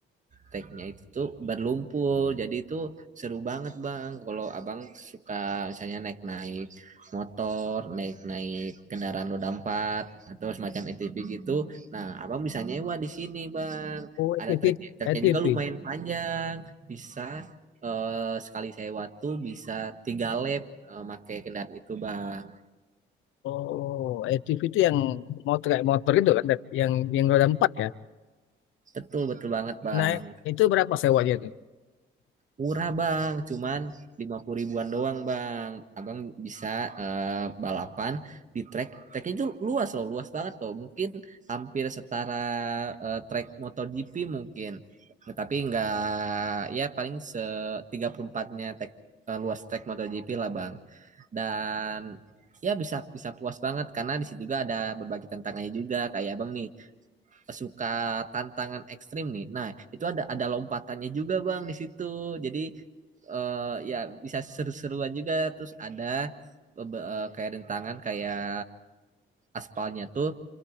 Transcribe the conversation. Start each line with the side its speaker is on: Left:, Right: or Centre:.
Right: tagnya itu tuh berlumpur jadi itu seru banget bang kalau abang suka misalnya naik naik motor naik naik kendaraan roda empat atau semacam ATV gitu nah abang bisa nyewa di sini bang
Left: Oh, A
Right: ada
Left: T V
Right: trek treknya
Left: A T
Right: juga
Left: V
Right: lumayan panjang bisa eh, sekali sewa tuh bisa tiga lap eh, pakai kendaraan itu bang
Left: Oh, ATV itu yang motor kayak motor itu kan, Ted? yang yang roda empat ya.
Right: betul betul banget bang
Left: Nah, itu berapa sewanya itu?
Right: Murah bang, cuman 50 ribuan doang bang. Abang bisa eh, balapan di track. Tracknya itu luas loh, luas banget loh. Mungkin hampir setara eh, track MotoGP mungkin. Nah, Tapi nggak, ya paling se 34-nya track, eh, luas track MotoGP lah bang. Dan ya bisa bisa puas banget karena di situ juga ada berbagai tantangannya juga kayak abang nih suka tantangan ekstrim nih. Nah, itu ada ada lompatannya juga bang di situ. Jadi eh, ya bisa seru-seruan juga. Terus ada eh, kayak rintangan kayak aspalnya tuh